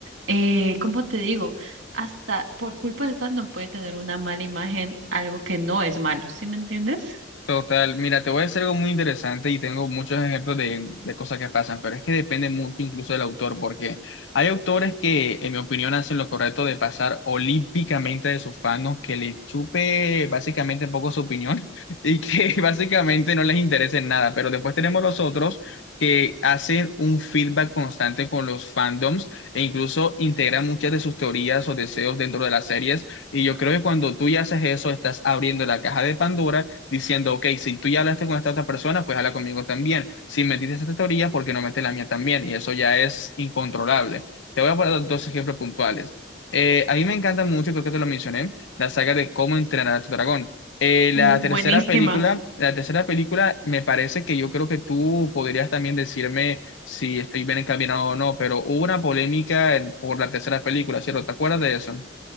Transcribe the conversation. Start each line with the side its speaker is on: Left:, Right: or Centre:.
Right: eh, ¿cómo te digo? Hasta por culpa del fandom puede tener una mala imagen, algo que no es malo, ¿sí me entiendes?
Left: Total, mira, te voy a decir algo muy interesante y tengo muchos ejemplos de, de cosas que pasan, pero es que depende mucho incluso del autor, porque hay autores que, en mi opinión, hacen lo correcto de pasar olímpicamente de sus fans, que le chupe básicamente un poco su opinión <laughs> y que <laughs> básicamente no les interese en nada, pero después tenemos los otros que hacen un feedback constante con los fandoms e incluso integran muchas de sus teorías o deseos dentro de las series, y yo creo que cuando tú ya haces eso, estás abriendo la caja de Pandora diciendo, ok, si tú ya hablaste con esta otra persona, pues habla conmigo también. Si metiste esta teoría, ¿por qué no metes la mía también? Y eso ya es incontrolable. Te voy a poner dos ejemplos puntuales. Eh, a mí me encanta mucho, creo que te lo mencioné, la saga de Cómo entrenar a tu dragón. Eh,
Right: Uh,
Left: la tercera
Right: buenísima.
Left: película, la tercera película me parece que yo creo que tú podrías también decirme si estoy bien encaminado o no, pero hubo una polémica en- por la tercera película, ¿cierto? ¿Te acuerdas de eso?